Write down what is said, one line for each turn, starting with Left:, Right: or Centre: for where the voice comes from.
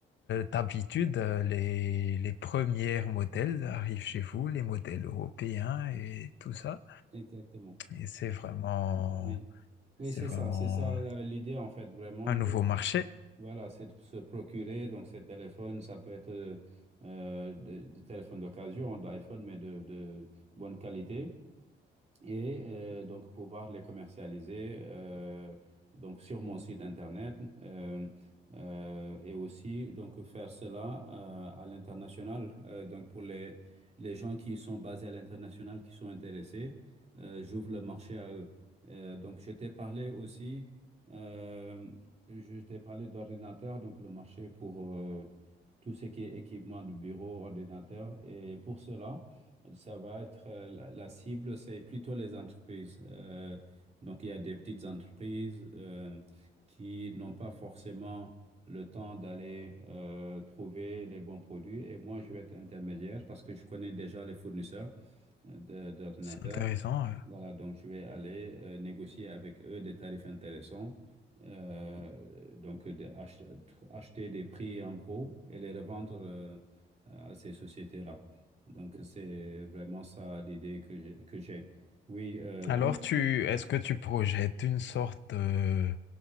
Left: d'habitude, euh, les, les premiers modèles arrivent chez vous, les modèles européens et tout ça.
Right: exactement.
Left: Et c'est vraiment,
Right: Oui, oui,
Left: c'est
Right: c'est
Left: vraiment
Right: ça, c'est ça euh, l'idée en fait, vraiment
Left: un
Right: de,
Left: nouveau marché.
Right: voilà, c'est de se procurer donc ces téléphones, ça peut être euh, euh, des des téléphones d'occasion, d'iPhone, mais de, de bonne qualité. et euh, donc pouvoir les commercialiser euh, donc sur mon site internet euh, euh, et aussi donc faire cela euh, à l'international Euh, donc pour les les gens qui sont basés à l'international qui sont intéressés euh, j'ouvre le marché à eux Euh, donc je t'ai parlé aussi euh, je t'ai parlé d'ordinateur donc le marché pour euh, tout ce qui est équipement de bureau ordinateur et pour cela ça va être euh, la, la cible, c'est plutôt les entreprises. Euh, donc, il y a des petites entreprises euh, qui n'ont pas forcément le temps d'aller euh, trouver les bons produits. Et moi, je vais être intermédiaire parce que je connais déjà les fournisseurs de- d'ordinateur.
Left: C'est intéressant. euh.
Right: Voilà, donc je vais aller euh, négocier avec eux des tarifs intéressants. Euh, donc de ach- acheter des prix en gros et les revendre euh, à ces sociétés-là. Donc c'est vraiment ça l'idée que j'ai, que j'ai. Oui, euh,
Left: Alors,
Right: donc
Left: tu, est-ce que tu projettes une sorte euh,